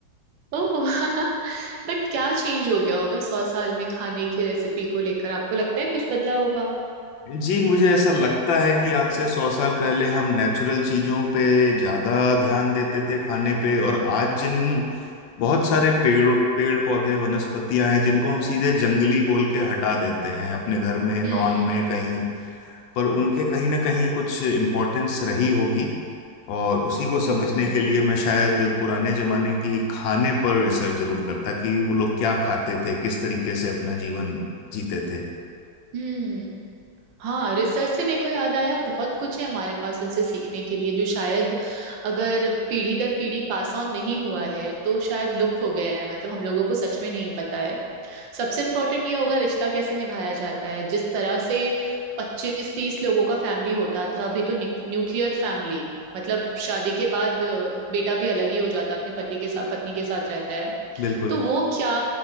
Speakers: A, on the right (about 80°); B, on the left (about 85°).
A: ओह <laughs> बट क्या चेंज हो गया होगा सौ साल में खाने की रेसिपी को लेकर आपको लगता है कुछ बदला होगा
B: जी मुझे ऐसा लगता है कि आज से सौ साल पहले हम नेचुरल चीज़ों पे ज़्यादा ध्यान देते थे खाने पे और आज जिन बहुत सारे पेड़ पेड़ पौधे वनस्पतियां हैं जिनको हम सीधे जंगली बोल के हटा देते हैं अपने घर में लॉन
A: हम्म
B: में कहीं पर उनके कहीं ना कहीं कुछ इम्पोर्टेंस रही होगी और उसी को समझने
A: हम्म
B: के लिए मैं शायद पुराने जमाने की खाने पर रिसर्च जरूर करता कि वो लोग क्या खाते थे किस तरीके से अपना जीवन जीते थे
A: हम्म हाँ रिसर्च से मेरे को याद आया बहुत कुछ है हमारे पास उनसे सीखने के लिए जो शायद अगर पीढ़ी दर पीढ़ी पास ऑन नहीं हुआ है तो शायद लुप्त हो गया है मतलब हम लोगों को सच में नहीं पता है सबसे इम्पोर्टेंट ये होगा रिश्ता कैसे निभाया जाता है जिस तरह से पच्चीस तीस लोगों का फैमिली होता था अभी तो न्यूक्लियर फैमिली मतलब शादी के बाद अ, बेटा भी अलग ही हो जाता है अपने पति के साथ पत्नी के साथ रहता है
B: बिल्कुल
A: तो वो क्या